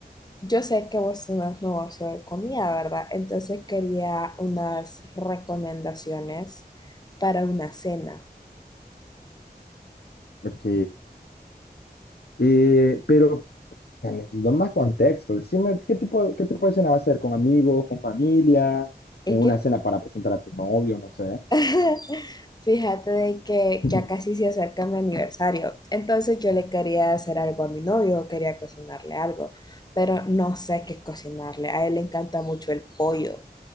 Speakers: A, on the left; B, on the left.
A: Yo sé que vos tenés negocio de comida, ¿verdad? Entonces quería unas recomendaciones para una cena.
B: Ok. Eh, pero, Necesito más contexto. Decime, ¿qué tipo, qué tipo de cena va a ser? ¿Con amigos, con familia?
A: Es
B: ¿En
A: que
B: una cena para presentar a tu novio? No sé.
A: <laughs> fíjate de que
B: <laughs>
A: ya casi se acerca mi aniversario, entonces yo le quería hacer algo a mi novio, quería cocinarle algo, pero no sé qué cocinarle. A él le encanta mucho el pollo.